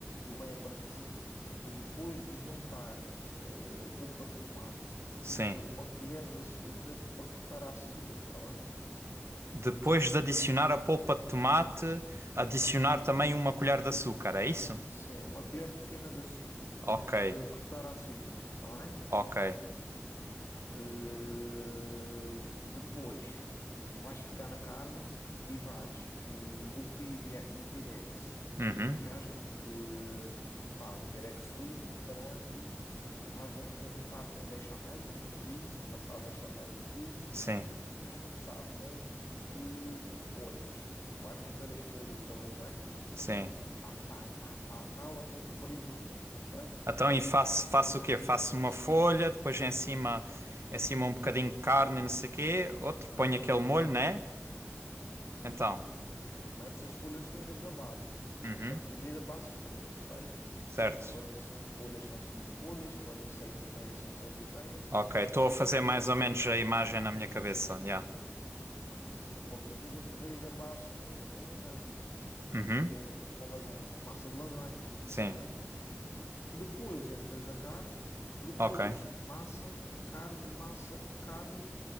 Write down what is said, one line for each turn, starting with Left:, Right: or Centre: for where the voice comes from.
Left: lembra-te de depois de juntar eh, a polpa de tomate, de
Right: sim.
Left: meter uma colher de açúcar para cortar a acidez, está bem?
Right: Depois de adicionar a polpa de tomate, adicionar também uma colher de açúcar, é isso?
Left: Sim, uma colher pequena de açúcar para,
Right: Ok,
Left: para cortar a acidez, está bem?
Right: ok.
Left: Uh, depois vais pegar na carne e vais no, pire, no Pirex,
Right: Uhum,
Left: que já que pá, um Pirex limpo, grande, vais un- untar com bechamel, como eu te disse, passar bechamel em tudo,
Right: sim,
Left: e vais começar com uh, folhas. Vais meter as folhas da lasanha,
Right: sim.
Left: pá, pá, pá, pá, pá, até cobrir o fundo, ok?
Right: Então, e faço,
Left: Sim.
Right: faço o quê? Faço uma folha, depois em cima, em cima um bocadinho de carne, e não sei o quê. Outro,
Left: Não,
Right: ponho aquele
Left: não,
Right: molho,
Left: não, não.
Right: né?
Left: Imagina,
Right: Então,
Left: metes as folhas todas na base,
Right: uhum,
Left: até cobrir a base toda, percebes?
Right: certo.
Left: Se forem cinco folhas, são cinco folhas, se forem seis e meia, são seis e meia.
Right: Ok, estou
Left: O objetivo
Right: a fazer mais
Left: é,
Right: ou menos a imagem na minha cabeça. Yeah.
Left: é isso. O objetivo é cobrir a base com, com lasanha,
Right: Uhum.
Left: com, com lasanha, com massa de lasanha,
Right: Sim.
Left: ok? Depois é metes a carne, depois
Right: Ok.
Left: massa, carne, massa, carne,